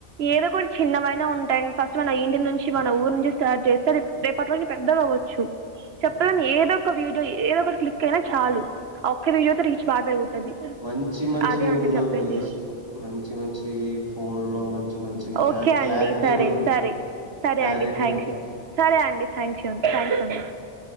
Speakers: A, on the right; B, on the right.
A: ఏదో ఒక చిన్నవైనా ఉంటాయండి ఫస్ట్ మన ఇంటి నుంచి మన ఊరు నుంచి స్టార్ట్ చేస్తే రేపట్లో నుంచి పెద్ద వచ్చు చెప్పలేని
B: హ్మ్.
A: ఏదో ఒక వీడియో ఏదో ఒకటి క్లిక్ అయినా చాలు ఒక్క వీడియోతో రీచ్ బాగా పెరుగుతది
B: మంచి మంచి
A: అదే అండి
B: ఉన్నా
A: నేను చెప్పేది
B: వీడియోస్ మంచి మంచి ఫోన్ లో మంచి మంచి మంచి
A: ఓకే
B: క క్లారిటీ
A: అండి సరే
B: ఉన్నా
A: సరే సరే
B: క్లారిటీ
A: అండి థ్యాంక్
B: ఉ
A: యూ సరే అండి థ్యాంక్స్ థ్యాంక్స్ అండి